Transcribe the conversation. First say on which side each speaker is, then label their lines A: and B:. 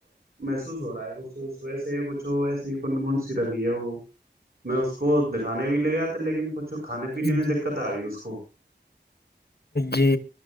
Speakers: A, on the right (about 55°); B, on the left (about 60°).
A: محسوس ہو رہا ہے کچھ صح سے کچھ ایسی کنڈ من سی لگی ہے وہ میں اس کو دکھانے بھی لے گیا تھا لیکن کچھ کھانے
B: کو
A: پینے میں
B: جی
A: دقت آ گئی اس کو
B: جی